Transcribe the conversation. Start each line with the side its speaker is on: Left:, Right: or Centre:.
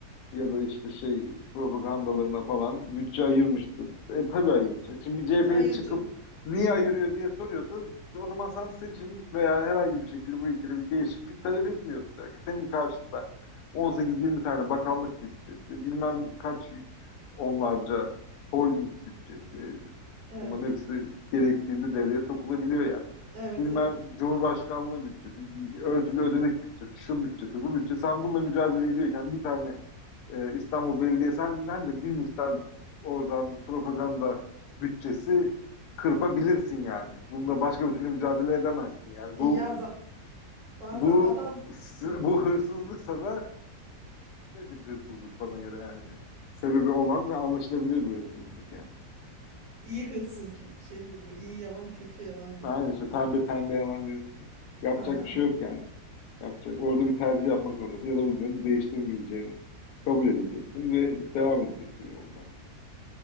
Left: ya da işte şey propagandalarına falan bütçe ayırmıştı. E tabii ayıracak. Şimdi bir
Right: E,
Left: CHP'li
Right: ayırıcı.
Left: çıkıp niye ayırıyor diye soruyorsa o zaman sen seçim veya herhangi bir şekilde bu ülkede bir değişiklik talep etmiyorsun demek. ki. Senin karşında 18-20 tane bakanlık bütçesi, bilmem kaç onlarca holding bütçesi,
Right: Evet.
Left: bunların hepsi gerektiğinde devreye sokulabiliyor yani.
Right: Evet
Left: Bilmem
Right: evet.
Left: Cumhurbaşkanlığı bütçesi, örtülü ödenek bütçesi, şu bütçesi, bu bütçe. Sen bununla mücadele ediyorken bir tane e, İstanbul Belediyesi'nden de bir miktar oradan propaganda bütçesi kırpabilirsin yani. Bununla başka bir türlü mücadele edemezsin yani.
Right: E,
Left: Bu
Right: ya za- zaten
Left: bu
Right: adam
Left: si-,
Right: hı,
Left: bu hırsızlıksa da bir hırsızlık bana göre yani. Sebebi olan ve anlaşılabilir bir hırsızlık yani.
Right: iyi hırsızlık şey gibi. iyi yalan kötü yalan gibi
Left: Aynen
Right: oldu.
Left: işte pembe pembe hemen diyorsun. Yapacak
Right: Ha.
Left: bir şey yok yani. Yapacak. Orada bir tercih yapmak zorundasın ya da bu düzeni değiştirmeyeceğini kabul edeceksin ve devam edeceksin yolda yani.